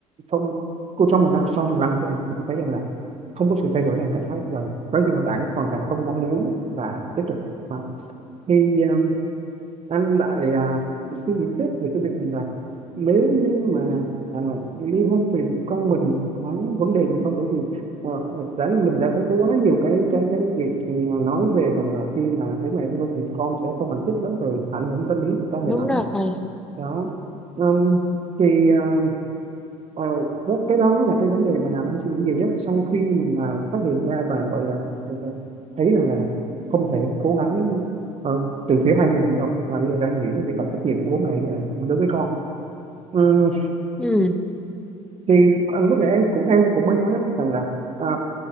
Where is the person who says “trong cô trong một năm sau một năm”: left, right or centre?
Right